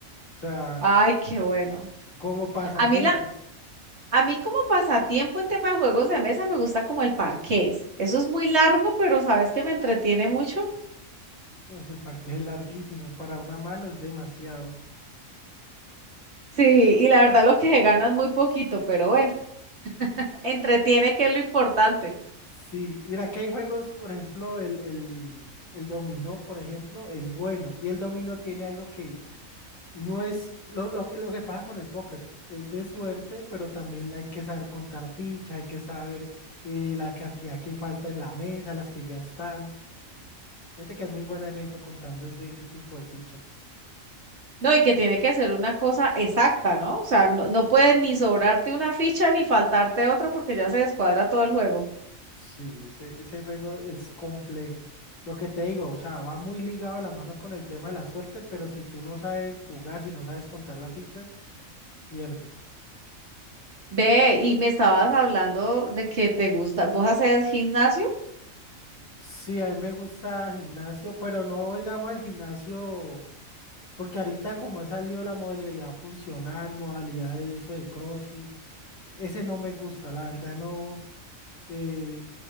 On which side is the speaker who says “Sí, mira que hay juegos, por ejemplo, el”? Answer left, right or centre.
Left